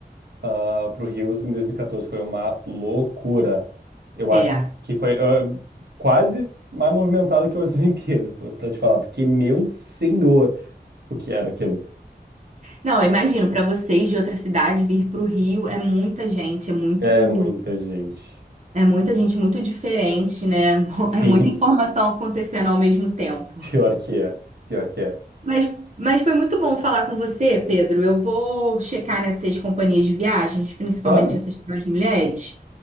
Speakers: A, on the right (about 75°); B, on the right (about 45°).
A: ah, pro Rio em 2014. Foi uma loucura. Eu
B: É.
A: acho que foi ah, quase mais movimentado que as <laughs> Olimpíadas, pra, pra te falar. Porque, meu senhor, o que era aquilo?
B: Não, eu imagino, para vocês de outra cidade vir para o Rio é muita gente, é muito,
A: É muita gente.
B: é muita gente muito diferente, né? <laughs>
A: Sim,
B: É muita informação acontecendo ao mesmo tempo.
A: <laughs> pior que é. Pior que é.
B: Mas, mas foi muito bom falar com você, Pedro. Eu vou checar nessas companhias de viagens, principalmente
A: Claro,
B: essas para as mulheres,